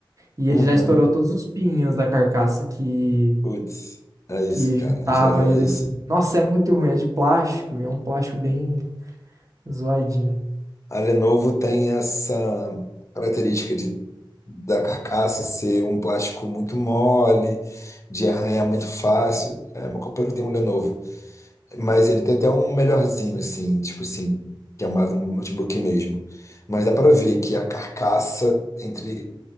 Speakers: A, on the right (about 40°); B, on the left (about 35°).
A: e
B: Uhum.
A: ele já estourou todos os pininhos da carcaça que
B: Putz, é isso,
A: que
B: cara.
A: juntava
B: Em geral
A: ele
B: é isso.
A: assim. Nossa, é muito ruim, é de plástico, é um plástico bem zoadinho.
B: A Lenovo tem essa característica de, da carcaça ser um plástico muito mole, de arranhar muito fácil. É, meu companheiro tem um Lenovo. Mas ele tem até um melhorzinho, assim, tipo assim, que é mais um notebook mesmo. Mas dá pra ver que a carcaça entre